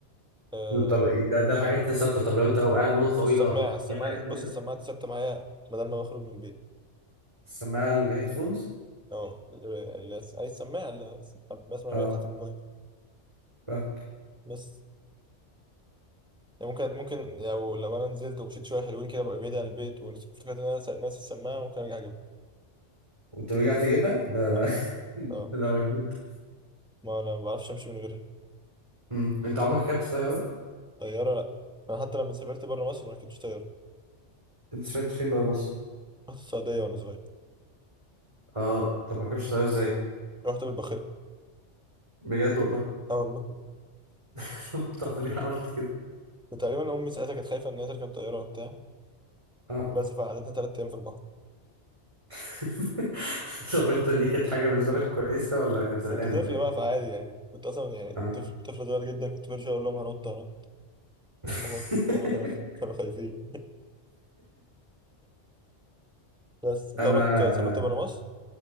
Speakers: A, in the centre; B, on the right.
A: آه،
B: طب إيه ده ده الحاجات الثابتة طب لو انت لو قاعد مدة طويلة
A: والسماعة السماعة
B: في حاجة معينة
A: بص السماعة دي ثابتة معايا ما دام ما بخرج من البيت
B: السماعة الهيدفونز
A: أه ال- ال- أي سماعة اللي بسمع
B: اه
A: بيها بتاعت الموبايل
B: فاهم
A: بس يعني ممكن ممكن لو لو أنا نزلت ومشيت شوية حلوين كده ببقى بعيد عن البيت وافتكرت إن أنا ناسي السماعة ممكن أرجع أجيبها
B: كنت رجعت اجيبها ده
A: أه.
B: <laughs>
A: اه
B: ده مجهود
A: ما انا ما بعرفش امشي من غيرها
B: مم. انت عمرك ركبت طيارة
A: طياره لا انا حتى لما سافرت بره مصر ما ركبتش طياره
B: انت سمعت فين بقى مصر
A: رحت السعوديه وانا صغير
B: اه طب ما ركبتش طيارة ازاي
A: رحت بالباخره
B: بجد والله
A: اول
B: <laughs> طب ليه عملت كده؟
A: ما تقريبا امي ساعتها كانت خايفه ان هي تركب طياره وبتاع
B: اه
A: بس فقعدتنا ثلاث ايام في البحر
B: <laughs> طب انت دي كانت حاجة بالنسبة لك كويسة ولا كنت زهقان
A: كنت طفل
B: ولا ايه؟
A: بقى فعادي يعني كنت اصلا يعني
B: اه
A: طفل طفل صغير جدا كنت برجع اقول لهم هنط هنط
B: <laughs>
A: هما هما كانوا كانوا خايفين <laughs> بس انت
B: انا
A: عمرك سافرت بره مصر